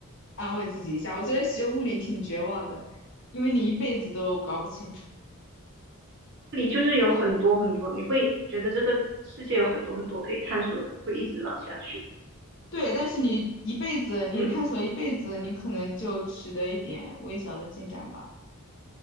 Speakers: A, on the left; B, on the right.
A: 安慰自己一下。我觉得学物理挺绝望的，因为你一辈子都搞不清楚。
B: 这里就是有很多很多，你会觉得这个世界有很多很多可以探索的，会一直往下学。
A: 对，但是你一辈子，你探索一辈子，
B: 嗯。
A: 你可能就取得一点微小的进展吧。